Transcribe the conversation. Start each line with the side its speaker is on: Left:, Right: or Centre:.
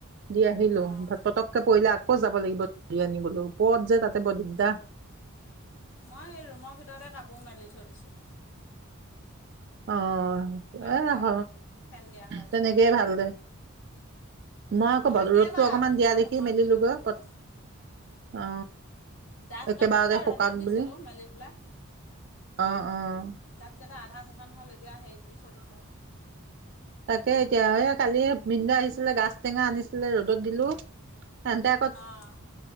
Right: দি আহিলো
Left: অঁ
Right: ভ পতককে পৰিলে আক। আকৌ যাব লাগিব ধ আনিবলৈও। পত যে তাতে বৰ দিগদা।
Left: মই ৰোমৰ ভিত। ভিতৰতে কাপোৰ মেলি থৈ দিছো।
Right: অ এ
Left: পেলাই
Right: হ
Left: ফেন দিয়া হৈ আছে
Right: তেনেকে
Left: আৰু
Right: ভাল দে মই
Left: নহ'লে
Right: আকৌ ব ৰ'দটো
Left: কেইবাৰ
Right: অকমান
Left: ওলোৱা
Right: দিয়া দেখি
Left: সোমোৱা
Right: মেলিলোগৈ
Left: কৰি থাকিব লাগিব
Right: পত অ
Left: ডাঠ
Right: একেবাৰতে
Left: কাপোৰকেইটা
Right: সোকাক
Left: ৰ'দত দিছিলোঁ
Right: বুলি
Left: মেলি পেলাই
Right: অ। অ।
Left: ডাঠকেইটা আধা শুকান হ'ল এতিয়া হেৰিত দি থৈ দিছো।
Right: তাকে এতিয়া এইয়া কালি বিনদা আহিছিলে গাছ টেঙা আনিছিলে ৰবি। ত দিলো। তেন্তে আকত।
Left: অঁ